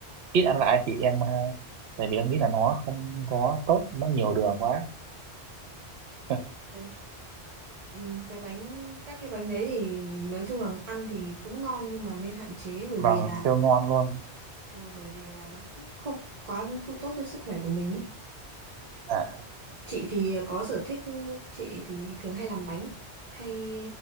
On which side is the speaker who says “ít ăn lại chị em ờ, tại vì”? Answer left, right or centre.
Right